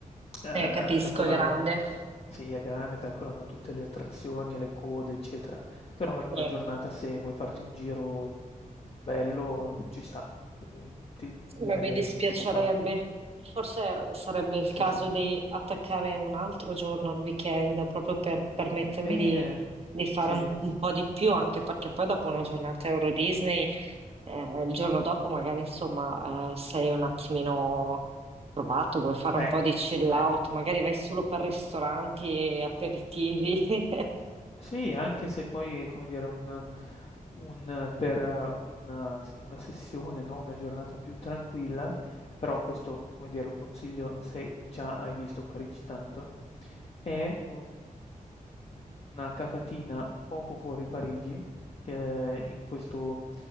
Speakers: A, on the left; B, on the right.
A: Ehm,
B: Eh, capisco,
A: calcolando
B: è grande.
A: sì, è grande, calcolando tutte le attrazioni, le code, eccetera, però in una
B: Sì.
A: giornata se vuoi farti un giro, mhmm, bello ci sta, quindi ti direi
B: Ma mi
A: che
B: dispiacerebbe.
A: si può fare.
B: Forse sarebbe il
A: Sì,
B: caso
A: sì.
B: di attaccare un altro giorno al weekend proprio per permettermi
A: E
B: di,
A: eh,
B: di fare
A: sì.
B: un, un po' di più, anche perché poi dopo una giornata Euro Disney, eh, il giorno dopo magari insomma eh, sei un attimino provato, vuoi fare
A: Beh,
B: un po' di chill
A: beh.
B: out, magari vai solo per ristoranti e aperitivi. <laughs>
A: Sì, anche se poi è come dire un un per una s una sessione, no, una giornata più tranquilla, però questo, come dire, lo consiglio se già hai visto Parigi tanto, è un Una capatina poco fuori Parigi, ehm, in questo, mhmm,